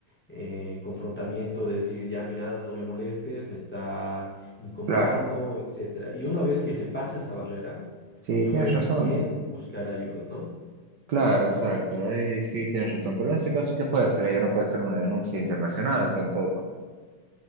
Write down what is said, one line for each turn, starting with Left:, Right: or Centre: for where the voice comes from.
Centre: eh, confrontamiento de decir, ya mira, no me molestes, me está incomodando,
Right: claro.
Centre: etcétera. Y una vez que se pasa esa barrera,
Right: Sí,
Centre: recién
Right: tienes razón.
Centre: buscar ayuda, ¿no?
Right: Claro, exacto. Ahí sí tienes razón. Pero en este caso, ¿qué puede hacer? Ella no puede hacer una denuncia internacional tampoco.